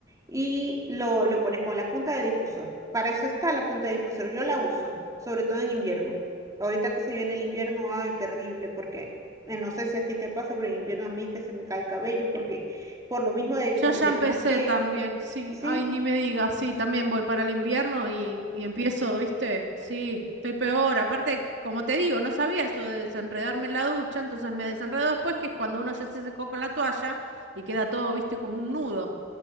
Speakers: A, on the right; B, on the right.
A: y lo, lo pones con la punta de difusor. Para eso está la punta de difusor, yo la uso, sobre todo en invierno. Ahorita que se viene el invierno, ay, terrible, porque eh, no sé si a ti te pasa, pero en invierno a mí es que se me cae el cabello, porque por lo mismo de,
B: Yo
A: de
B: ya empecé
A: que más que,
B: también, sí.
A: sí,
B: Ay, ni me digas, sí, también voy para el invierno y, y empiezo, ¿viste? Sí, estoy peor. Aparte, como te digo, no sabía eso de desenredarme en la ducha, entonces me desenredo después, que es cuando uno ya se secó con la toalla y queda todo, ¿viste? Como un nudo.